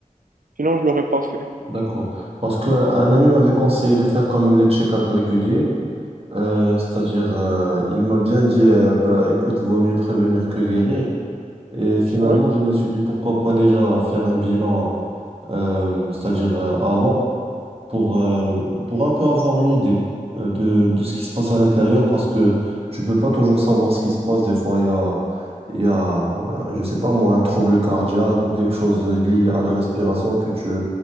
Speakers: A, on the right; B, on the right.
A: Sinon, je l'aurais pas fait.
B: d'accord. Parce qu'un ami m'avait conseillé de faire quand même des check-ups réguliers, euh, c'est-à-dire euh, il m'a bien dit, euh, bah, écoute, vaut mieux prévenir que guérir. Et finalement,
A: Ouais.
B: je me suis dit pourquoi pas déjà faire un bilan, euh, c'est-à-dire euh, avant, pour, euh, pour un peu avoir une idée euh, de, de ce qui se passe à l'intérieur, parce que tu peux pas toujours savoir ce qui se passe. Des fois, il y a, il y a, euh, je sais pas moi, un trouble cardiaque ou quelque chose lié à la respiration que tu